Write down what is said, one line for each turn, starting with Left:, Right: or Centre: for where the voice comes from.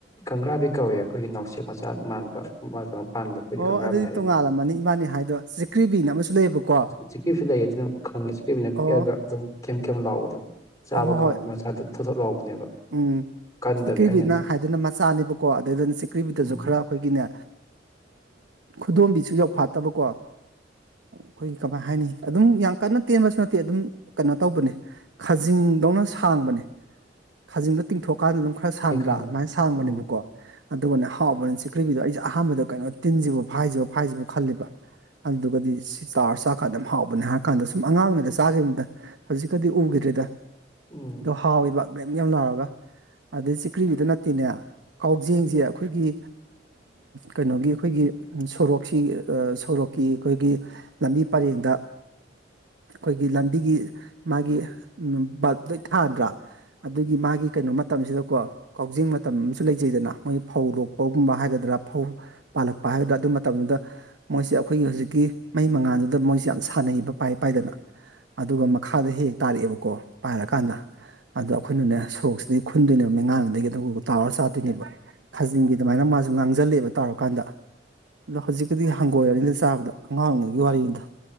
Left: ꯀꯪꯂꯪꯒ꯭ꯔꯥꯕꯤ ꯀꯧꯏ ꯑꯩꯈꯣꯏꯒꯤ ꯅꯥꯎꯁꯦꯛ ꯃꯆꯥ ꯃꯥꯟꯕ ꯃꯥ ꯀꯩꯅꯣ ꯄꯥꯝꯃꯤꯗꯣ ꯑꯩꯈꯣꯏꯗꯤ
Right: ꯑꯣ
Left: ꯀꯪꯂꯪꯒ꯭ꯔꯥꯕꯤ
Right: ꯑꯗꯨꯗꯤ
Left: ꯍꯥꯏꯌꯦ
Right: ꯇꯣꯉꯥꯜꯂꯝꯃꯅꯤ
Left: ꯑꯗꯨ
Right: ꯏꯕꯥꯅꯤ ꯍꯥꯏꯗꯣ ꯆꯤꯀ꯭ꯔꯤꯕꯤꯅ ꯑꯃꯁꯨ ꯂꯩꯌꯦꯕꯀꯣ
Left: ꯆꯤꯛꯁꯨ ꯂꯩ ꯑꯗꯨꯅ ꯈꯪꯉꯤꯁꯤ ꯀꯕꯤꯅ
Right: ꯑꯣ
Left: ꯄꯤꯛꯑꯒ ꯑꯗꯨꯝ ꯀꯦꯝ ꯀꯦꯝ ꯂꯥꯎꯕꯗꯣ ꯆꯥꯕ
Right: ꯑꯣ ꯍꯣ
Left: ꯀꯥꯟꯗ
Right: ꯍꯣꯏ
Left: ꯃꯆꯥꯗꯨꯣ ꯊꯣꯊꯣꯛ ꯂꯥꯎꯕꯅꯦꯕ
Right: ꯎꯝ
Left: ꯀꯟꯗꯕꯅꯦ
Right: ꯁꯤꯈ꯭ꯔꯤꯕꯤꯅ
Left: ꯑꯩꯅ ꯍꯧꯖꯤꯛ
Right: ꯍꯥꯏꯗꯅ ꯃꯆꯥꯅꯦꯕꯀꯣ ꯑꯗꯨꯏꯗꯨꯅ ꯁꯤꯛꯈ꯭ꯕꯤꯗꯁꯨ
Left: ꯎꯝ
Right: ꯈꯔ ꯑꯩꯈꯣꯏꯒꯤꯅꯦ ꯈꯨꯗꯣꯝꯕꯤꯁꯨ ꯌꯥꯎꯐꯥꯠꯇꯕꯀꯣ ꯑꯩꯈꯣꯏꯒꯤ ꯀꯃꯥꯏ ꯍꯥꯏꯅꯤ ꯑꯗꯨꯝ ꯌꯥꯝ ꯀꯟꯅ ꯇꯦꯟꯕꯁꯨ ꯅꯠꯇꯦ ꯑꯗꯨꯝ ꯀꯩꯅꯣ ꯇꯧꯕꯅꯦ꯫ ꯈꯖꯤꯡꯗꯧꯅ ꯁꯥꯡꯕꯅꯦ꯫ ꯈꯥꯖꯤꯡꯗꯣ ꯇꯤꯡꯊꯣꯛꯀꯥꯟꯗ ꯑꯗꯨꯝ ꯈꯔ ꯁꯥꯡꯗ꯭ꯔꯥ
Left: ꯑꯩ ꯈꯪꯉꯦ
Right: ꯑꯗꯨꯃꯥꯏꯅ ꯁꯥꯡꯕꯅꯦꯕꯀꯣ
Left: ꯎꯝ
Right: ꯑꯗꯨꯒꯅꯦ ꯍꯥꯎꯕꯅ ꯆꯤꯛꯈ꯭ꯔꯤꯕꯤꯗꯣ ꯑꯩꯁꯦ ꯑꯍꯥꯟꯕꯗ ꯀꯩꯅꯣ ꯇꯤꯟꯁꯤꯕꯨ ꯐꯥꯏꯁꯤꯕ-ꯐꯥꯏꯁꯤꯕꯨ ꯈꯜꯂꯤꯕ ꯑꯗꯨꯗꯨꯒꯗꯤ ꯁꯤ ꯆꯥꯔ ꯆꯥꯛꯀꯥꯟ ꯑꯗꯨꯝ ꯍꯥꯎꯕꯅꯦ ꯍꯥꯏꯔ ꯀꯥꯟꯗ ꯁꯨꯝ ꯑꯉꯥꯡ ꯑꯣꯏꯔꯤꯉꯩꯗ ꯆꯥꯈꯤꯕꯗ ꯍꯧꯖꯤꯛꯀꯗꯤ ꯎꯈꯤꯗ꯭ꯔꯤꯗ
Left: ꯎꯝ
Right: ꯊꯥꯎꯋꯕ ꯀꯝ ꯌꯥꯝ ꯂꯥꯎꯔꯒ ꯑꯗꯩ ꯆꯤꯀ꯭ꯔꯤꯕꯤꯗ ꯅꯠꯇꯦꯅꯦ ꯀꯥꯎꯖꯦꯡꯁꯦ ꯑꯩꯈꯣꯏꯒꯤ ꯀꯩꯅꯣꯒꯤ ꯑꯩꯈꯣꯏꯒꯤ ꯁꯣꯔꯣꯛꯁꯤ ꯁꯣꯔꯣꯛꯀꯤ ꯑꯩꯈꯣꯏꯒꯤ ꯂꯝꯕꯤ ꯄꯔꯦꯡꯗ ꯑꯩꯈꯣꯏꯒꯤ ꯂꯝꯕꯤꯒꯤ ꯃꯥꯒꯤ ꯕꯜ ꯂꯣꯏ ꯊꯥꯅꯗ꯭ꯔꯥ ꯑꯗꯨꯒꯤ ꯃꯥꯒꯤ ꯀꯩꯅꯣ ꯃꯇꯝꯁꯤꯗꯀꯣ ꯀꯥꯎꯖꯤꯡ ꯃꯇꯝ ꯑꯃꯁꯨ ꯂꯩꯖꯩꯗꯅ ꯃꯣꯏ ꯐꯧ ꯂꯣꯛꯄꯒꯨꯝꯕ ꯍꯥꯏꯒꯗ꯭ꯔꯥ ꯐꯧ ꯄꯥꯜꯂꯛꯄ ꯍꯥꯏꯕꯗ ꯑꯗꯨ ꯃꯇꯝꯗꯨꯗ ꯃꯣꯏꯁꯦ ꯑꯩꯈꯣꯏꯒꯤ ꯍꯧꯖꯤꯛꯀꯤ ꯃꯩ ꯃꯉꯥꯜꯗꯨꯗ ꯃꯣꯏꯁꯦ ꯌꯥꯝ ꯁꯥꯟꯅꯩꯕ ꯄꯥꯏ ꯄꯥꯏꯗꯅ ꯑꯗꯨꯒ ꯃꯈꯥꯗ ꯍꯦꯛ ꯍꯦꯛ ꯇꯥꯔꯛꯑꯦꯕꯀꯣ ꯄꯥꯏꯔꯀꯥꯟꯗ ꯑꯗꯣ ꯑꯩꯈꯣꯏꯅꯅꯦ ꯁꯣꯔꯣꯛꯁꯤꯗꯒꯤ ꯈꯨꯟꯗꯣꯏꯅꯦꯕ ꯃꯩꯉꯥꯟꯗꯨꯗꯒꯤ ꯑꯗꯨꯒ ꯇꯥꯎꯔ ꯆꯥꯗꯣꯏꯅꯦꯕ ꯈꯥꯖꯤꯡꯒꯤ ꯑꯗꯨꯃꯥꯏꯅ ꯃꯥꯁꯨ ꯉꯥꯡꯁꯤꯜꯂꯛꯑꯦꯕ ꯇꯧꯔꯀꯥꯟꯗ ꯑꯗꯣ ꯍꯧꯖꯤꯛꯀꯗꯤ ꯍꯪꯒꯣꯏꯔꯅꯤꯗ ꯆꯥꯕꯗ ꯑꯉꯥꯡ ꯑꯣꯏꯔꯤꯉꯩꯒꯤ ꯋꯥꯔꯤꯅꯤꯗ